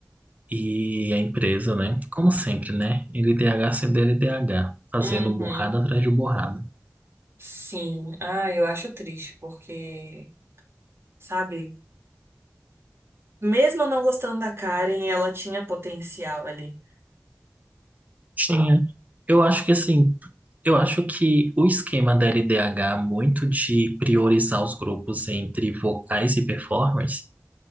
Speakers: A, on the right; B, on the right.
A: E a empresa, né? Como sempre, né? LDH, CDL, LDH, fazendo
B: Uhum.
A: borrada atrás de borrada.
B: Sim. Ah, eu acho triste, porque sabe? Mesmo não gostando da Karen, ela tinha potencial ali.
A: Tinha. Eu acho que assim, eu acho que o esquema da LDH, muito de priorizar os grupos entre vocais e performers,